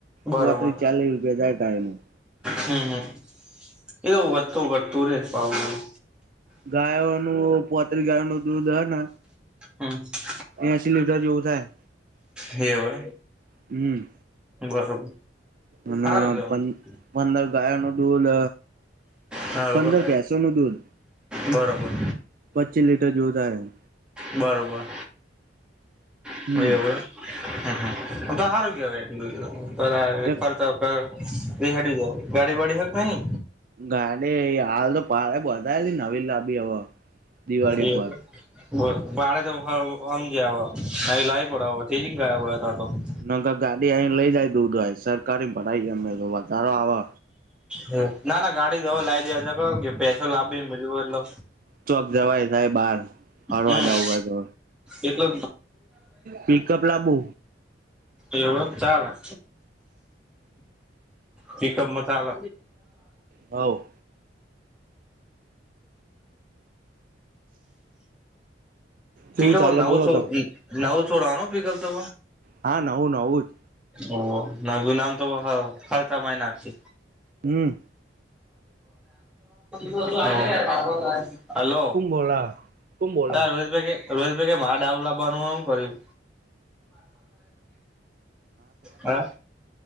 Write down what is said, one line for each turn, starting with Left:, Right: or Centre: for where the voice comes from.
Centre: બરોબર.
Right: પોત્રી ચાલીસ રૂપિયા થાય ગાયનું
Centre: હમ હમ એો વત <inaudible> ઘટતુ ર પાાવને
Right: ગાયો નું પોત્રી ગાયો ન દૂધ હ ને
Centre: હમ્મ.
Right: એસી લીટર જેવું થાય.
Centre: હૈ વે.
Right: હમ્મ.
Centre: બરોબર.
Right: અને
Centre: હારું કેવાય
Right: પંદર ગાયો નો દૂધ લ
Centre: હવ
Right: પંદર પેસો નું દૂધ
Centre: બરોબર
Right: પચ્ચી લીટર જેવું થાય એમ.
Centre: બરોબર. એવું
Right: હમ
Centre: હે હે તો સારું કેવાય
Right: એક
Centre: <unintelligible> પર એ હેડી જાવ ગાડી વાડી હે કે નહી?
Right: ગાડી હાલ તો પડ બધા નવી લાબી હવે. દિવાળી
Centre: દે
Right: પર
Centre: હો બરોબર ભડ તો સમજ ન લાવી પડ જ ગયા વાયો ત્યાં તો.
Right: ના ગાડી અહી લઈ જાય દઉ જો સરકારી ભરાઈ ગમે તો વધારો આવે.
Centre: હ ના ના ગાડી દવ લાવી દે ક કે પૈસો લાવીને બજ એટલો
Right: ચોક જવાય સાહે બાર ફરવા
Centre: હમ
Right: જવું હોય તો
Centre: એટલો
Right: પિકઅપ લાબુ
Centre: જ એવ ચાલા પીકઅપ મ ચાલ.
Right: હઉ.
Centre: પીલ
Right: કેવું ચાલે
Centre: નવ
Right: બોલો
Centre: છો
Right: તમે
Centre: નવ થોડનો પીગલ તો
Right: હા નવું નવું જ
Centre: ઓ નું નામ તો હરતા નાખ છે.
Right: હમ
Centre: હો. હલો
Right: કુમ બોલા કુમ બોલા
Centre: હા રોહિતભાઈ રોહિતભાઈ કે મા ડાવ લાવવાનું હું કર્યું. હા.